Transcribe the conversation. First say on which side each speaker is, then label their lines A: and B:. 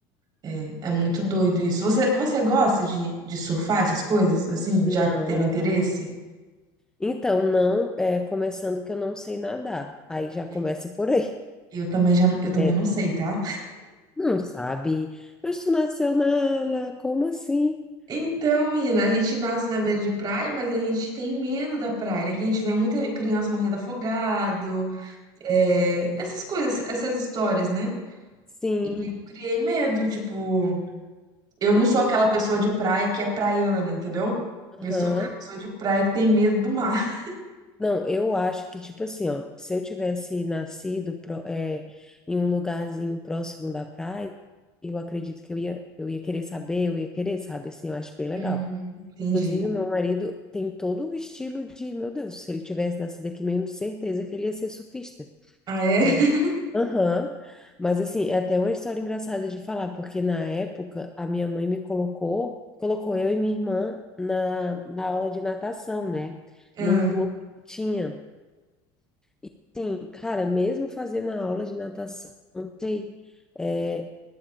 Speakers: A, on the right (about 35°); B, in the centre.
A: é, é muito doido isso. Você, você gosta de, de surfar essas coisas, assim?
B: Não.
A: Já teve interesse?
B: Então, não, é, começando que eu não sei nadar. Aí já começa
A: E-
B: por aí.
A: Eu também já, eu também
B: É,
A: não sei, tá?
B: Não sabe? Mas tu nasceu na, na... Como assim?
A: Então, menina, a gente nasce na beira de praia, mas a gente tem medo da praia, né? Que a gente vê muita criança morrendo afogado, é, essas coisas, essas histórias, né?
B: Sim.
A: E eu criei medo, tipo, eu não
B: Então,
A: sou aquela pessoa de praia que é praiana, entendeu? Eu
B: aham.
A: sou aquela pessoa de praia que tem medo do mar. <laughs>
B: Não, eu acho que, tipo assim, ó, se eu tivesse nascido pró- é, em um lugarzinho próximo da praia, eu acredito que eu ia, eu ia querer saber, eu ia querer, sabe? Assim, eu acho bem legal.
A: Hum, entendi.
B: Inclusive, o meu marido tem todo o estilo de, meu Deus, se ele tivesse nascido aqui mesmo, certeza que ele ia ser surfista.
A: Ah, é? <laughs>
B: É, Aham. Mas assim, é até uma história engraçada de falar, porque na época a minha mãe me colocou, colocou eu e minha irmã na, na aula de natação, né?
A: Ah,
B: Num clube que tinha. E assim, cara, mesmo fazendo a aula de natação, não sei. é,